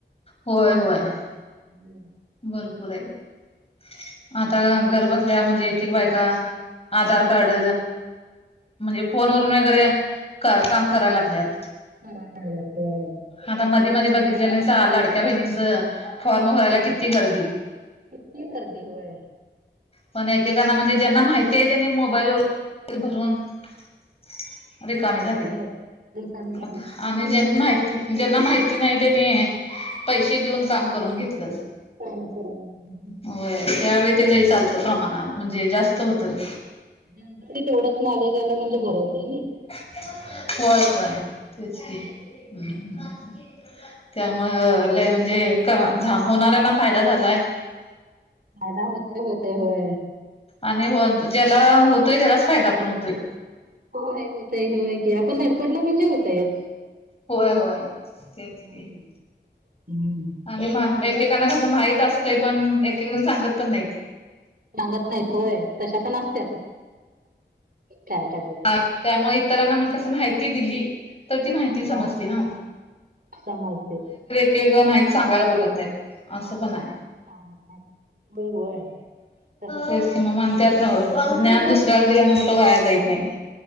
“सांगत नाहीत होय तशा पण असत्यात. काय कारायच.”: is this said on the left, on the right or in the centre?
Right